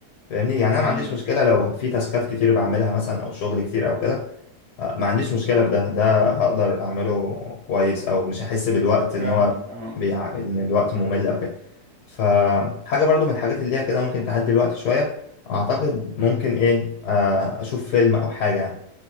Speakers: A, on the left; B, on the right.
A: فاهمني يعني أنا
B: مم.
A: ما عنديش مشكلة لو في تاسكات كتير بعملها مثلا أو شغل كتير أو كده آه، ما عنديش مشكلة في ده ده هقدر أعمله كويس أو مش هحس بالوقت إن
B: فاهمك
A: هو
B: اه
A: بيع... إن الوقت ممل أو كده فحاجة برضو من الحاجات اللي هي كده ممكن تعدي الوقت شوية أعتقد ممكن إيه آه، أشوف فيلم أو حاجة